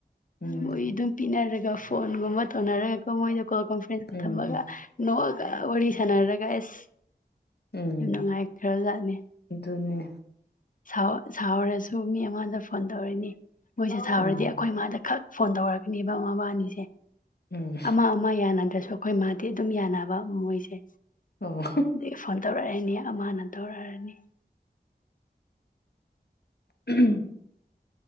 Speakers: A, on the left (about 65°); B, on the left (about 50°).
A: ꯎꯝ
B: ꯃꯣꯏ ꯑꯗꯨꯝ <unintelligible> ꯄꯤꯅꯔꯒ ꯐꯣꯟꯒꯨꯝꯕ ꯇꯣꯟꯅꯔꯒꯀꯣ ꯃꯣꯏꯗꯣ ꯀꯣꯜ ꯀꯣꯟꯐ꯭ꯔꯦꯟꯁꯀ
A: ꯎꯝ
B: ꯊꯝꯃꯒ ꯅꯣ ꯛꯑꯒ ꯋꯥꯔꯤ ꯁꯥꯟꯅꯔꯒ ꯑꯁ
A: ꯎꯝ
B: ꯌꯥꯝ ꯅꯨꯡꯉꯥꯏꯈ꯭ꯔꯖꯥꯠꯅꯤ
A: ꯑꯗꯨꯅꯦ
B: ꯁꯥꯎ ꯁꯥꯎꯔꯁꯨ ꯃꯤ ꯑꯩꯉꯣꯟꯗ ꯐꯣꯟ ꯇꯧꯔꯅꯤ ꯃꯣꯏꯁꯦ ꯁꯥꯎꯔꯗꯤ
A: ꯎꯝ
B: ꯑꯩꯈꯣꯏ ꯃꯥꯥꯗ ꯈꯛ ꯐꯣꯟ ꯇꯧꯔꯛꯀꯅꯤꯕ ꯃꯥꯕꯥꯅꯤꯁꯦ
A: ꯎꯝ
B: ꯑꯃ ꯑꯃ ꯌꯥꯅ ꯗ꯭ꯔꯁꯨ ꯑꯩꯈꯣꯏ ꯃꯥꯗꯤ ꯑꯗꯨꯝ ꯌꯥꯅꯕ ꯃꯣꯏꯁꯦ
A: ꯑꯣ
B: ꯗꯤ ꯐꯣꯟ ꯇꯧꯔꯛꯑꯅꯤ ꯑꯃꯅ ꯇꯧꯔꯛꯑꯔꯅꯤ
A: ꯎꯝ <unintelligible>